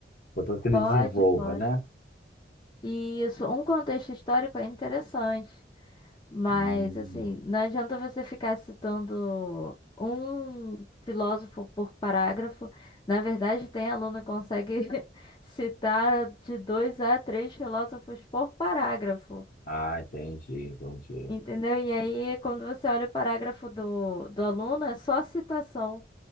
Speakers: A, on the left; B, on the left.
A: Portanto, que ele
B: pode,
A: desenvolva,
B: pode.
A: né?
B: E isso, um contexto histórico é interessante. Mas,
A: Hum,
B: assim, não adianta você ficar citando um filósofo por parágrafo. Na verdade, tem aluno que consegue <laughs> citar de dois a três filósofos por parágrafo.
A: ah, entendi, entendi.
B: Entendeu? E aí, quando você olha o parágrafo do, do aluno, é só citação.